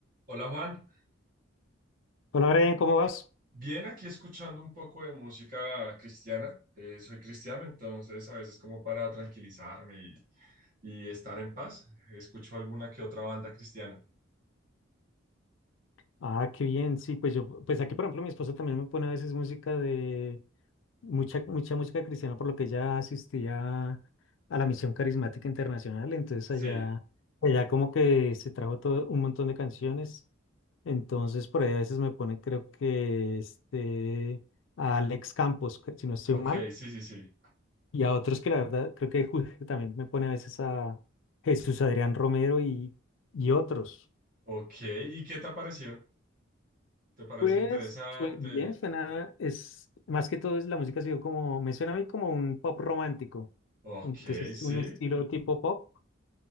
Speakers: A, on the right (about 45°); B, on the left (about 75°).
A: Hola Juan,
B: Hola, Brian, ¿cómo vas?
A: bien aquí escuchando un poco de música cristiana. Eh, soy cristiano, entonces a veces como para tranquilizarme y, y estar en paz, escucho alguna que otra banda cristiana.
B: Ah, qué bien, sí, pues yo, pues aquí, por ejemplo, mi esposa también me pone a veces música de mucha, mucha música cristiana, por lo que ella asistía a la Misión Carismática Internacional, entonces
A: Sí,
B: allá, allá como que se trajo todo un montón de canciones, entonces por ahí a veces me pone, creo que este, a Alex Campos, cre- si no estoy
A: ok,
B: mal,
A: sí, sí, sí.
B: y a otros que la verdad, creo que <laughs> ju- también me pone a veces a Jesús Adrián Romero y, y otros.
A: Ok, ¿y qué te ha parecido? ¿Te parece
B: Pues
A: interesante?
B: sue- bien, suena, es más que todo es la música ha sido como, me suena a mí como un pop romántico.
A: Ok,
B: Entonces,
A: sí.
B: un estilo tipo pop